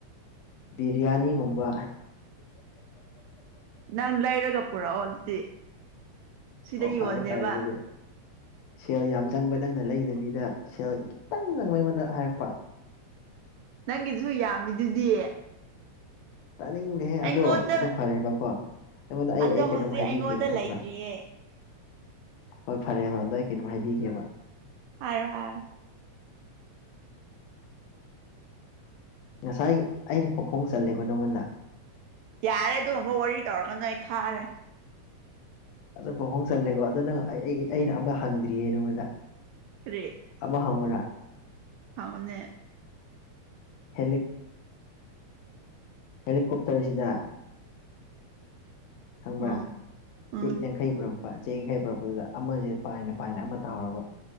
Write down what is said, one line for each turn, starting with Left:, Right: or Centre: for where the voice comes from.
Left: ꯕꯤꯔꯌꯥꯅꯤꯒꯨꯝꯕ
Right: ꯅꯪ ꯂꯩꯔꯒ ꯄꯨꯔꯛꯑꯣ ꯑꯗꯨꯗꯤ ꯁꯤꯗ
Left: ꯑꯣ ꯐꯔꯦ
Right: ꯌꯣꯟꯗꯦꯕ
Left: ꯐꯔꯦ ꯑꯗꯨꯗꯤ ꯁꯦꯜ ꯌꯥꯝ ꯆꯪꯕ ꯅꯪꯅ ꯂꯩꯗꯕꯤꯗ ꯁꯦꯜ ꯈꯤꯇꯪ ꯆꯪꯕ ꯑꯩꯉꯣꯟꯗ ꯍꯥꯏꯔꯛꯄ
Right: ꯅꯪꯒꯤꯁꯨ ꯌꯥꯝꯃꯤꯗꯨꯗꯤ
Left: ꯇꯥꯅꯤꯡꯗꯦꯍꯦ
Right: ꯑꯩꯉꯣꯟꯗ
Left: ꯑꯗꯣ ꯑꯗꯨ ꯐꯔꯦꯕꯀꯣ ꯑꯩꯉꯣꯟꯗ ꯑꯩ
Right: ꯑꯗꯣ
Left: ꯑꯩ ꯀꯩꯅꯣꯝ
Right: ꯍꯧꯖꯤꯛ
Left: ꯍꯥꯏꯕꯤꯒꯦꯕ
Right: ꯑꯩꯉꯣꯟꯗ
Left: ꯈꯪꯕ꯭ꯔꯥ
Right: ꯂꯩꯇ꯭ꯔꯤꯌꯦ
Left: ꯍꯣꯏ ꯐꯔꯦꯕ ꯑꯗꯨꯗ ꯑꯩ ꯀꯩꯅꯣꯝ ꯍꯥꯏꯕꯤꯒꯦꯕ
Right: ꯑꯔ ꯍꯥ
Left: ꯉꯁꯥꯏ ꯑꯩꯅ ꯄꯈꯣꯡ ꯆꯂꯦꯀꯣ ꯅꯪꯉꯣꯟꯗ
Right: ꯌꯥꯔꯦ ꯑꯗꯨꯒꯨꯝꯕ ꯋꯥꯔꯤ ꯇꯧꯔꯛꯀꯅꯣꯏ ꯑꯩ ꯈꯥꯔꯦ
Left: ꯑꯗꯨ ꯄꯥꯎꯍꯣꯡ ꯆꯜꯂꯦꯀꯣ ꯑꯗꯨ ꯅꯪ ꯑꯩ ꯑꯩꯅ ꯑꯃ ꯍꯪꯗ꯭ꯔꯤꯌꯦ ꯅꯉꯣꯟꯗ
Right: ꯔꯦ
Left: ꯑꯃꯥ ꯍꯧꯎꯔꯥ
Right: ꯐꯅꯦ
Left: ꯍꯦꯂꯦꯛ ꯍꯦꯂꯤꯀꯣꯞꯇꯔꯁꯤꯗ ꯈꯪꯕ꯭ꯔꯥ
Right: ꯎꯝ ꯎꯝ
Left: ꯆꯦꯛ ꯌꯥꯡꯈꯩ ꯄꯨꯔꯛꯄ ꯆꯦꯛ ꯌꯥꯡꯈꯩ ꯄꯨꯔꯛꯄꯗꯨꯗ ꯑꯃꯁꯦ ꯄꯥꯏꯅ ꯄꯥꯏꯅ ꯑꯃ ꯇꯥꯍꯧꯔꯕ